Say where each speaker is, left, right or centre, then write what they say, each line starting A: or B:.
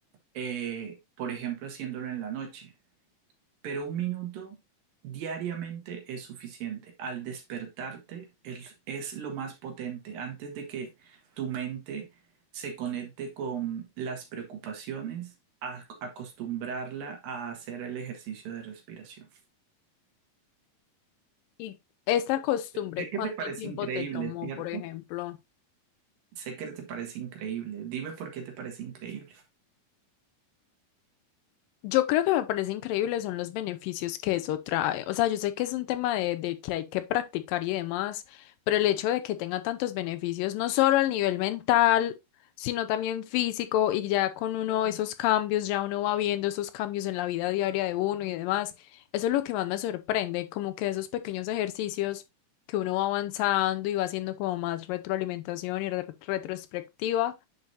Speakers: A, on the right (about 80°); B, on the left (about 80°).
A: eh, por ejemplo, haciéndolo en la noche, pero un minuto diariamente es suficiente. Al despertarte el- es lo más potente, antes de que tu mente se conecte con las preocupaciones, a- acostumbrarla a hacer el ejercicio de respiración.
B: ¿Y esta costumbre
A: Sé
B: cuánto
A: que te parece
B: tiempo
A: increíble,
B: te tomó,
A: ¿cierto?
B: por ejemplo?
A: Sé que te parece increíble. Dime por qué te parece increíble.
B: Yo creo que me parece increíble son los beneficios que eso trae. O sea, yo sé que es un tema de, de que hay que practicar y demás, pero el hecho de que tenga tantos beneficios, no solo al nivel mental, sino también físico, y ya con uno esos cambios, ya uno va viendo esos cambios en la vida diaria de uno y demás, eso es lo que más me sorprende, como que esos pequeños ejercicios que uno va avanzando y va haciendo como más retroalimentación y re- retrospectiva,